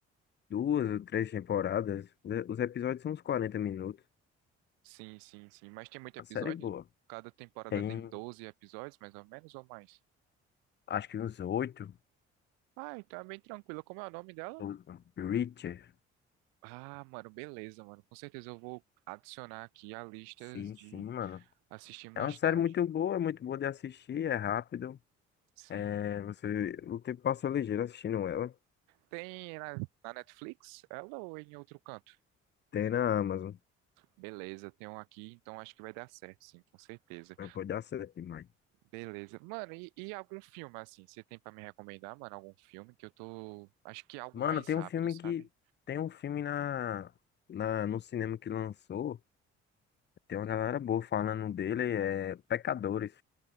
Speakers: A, on the left; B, on the right.
A: duas ou três temporadas. né? Os episódios são uns 40 minutos.
B: Sim, sim, sim. Mas tem muito
A: Uma
B: episódio?
A: série é boa.
B: Cada temporada
A: Tem,
B: tem 12 episódios, mais ou menos, ou mais?
A: acho que uns oito.
B: Ah, então é bem tranquilo. Como é o nome dela?
A: o- Reacher.
B: Ah, mano, beleza, mano. Com certeza eu vou adicionar aqui a listas
A: Sim,
B: de
A: sim, mano.
B: assistir mais
A: É uma série
B: tarde.
A: muito boa, é muito boa de assistir, é rápido.
B: Sim.
A: É, você, o tempo passa ligeiro assistindo ela.
B: Tem na, na Netflix? Ela ou em outro canto?
A: Tem na Amazon.
B: Beleza, tem um aqui, então acho que vai dar certo, sim, com certeza.
A: Mas pode dar certo demais.
B: Beleza. Mano, e, e algum filme, assim? Você tem pra me recomendar, mano, algum filme que eu tô. Acho que é algo
A: Mano,
B: mais
A: tem
B: rápido,
A: um filme
B: sabe?
A: que. Tem um filme na, na, no cinema que lançou. Tem uma galera boa falando dele. É Pecadores.